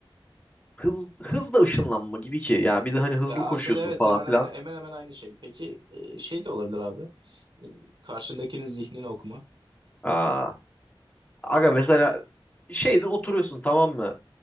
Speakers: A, on the left; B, on the right.
A: hız, hız da ışınlanma gibi ki. Ya bir de hani hızlı
B: Ya
A: koşuyorsun
B: aslında evet
A: falan
B: hemen
A: filan.
B: hemen hemen hemen aynı şey. Peki e, şey de olabilir abi. E, Karşındakinin zihnini okuma.
A: Aa, aga mesela şeyde oturuyorsun tamam mı?